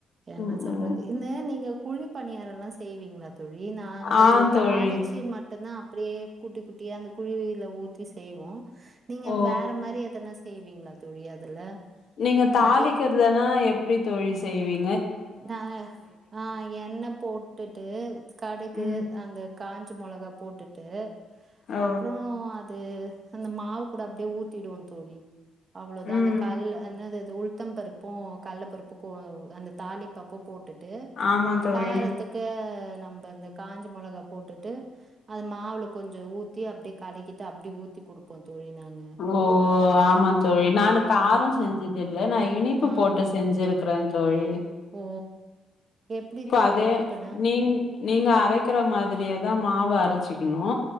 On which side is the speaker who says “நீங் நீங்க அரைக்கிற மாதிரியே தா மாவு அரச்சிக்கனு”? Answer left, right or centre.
Left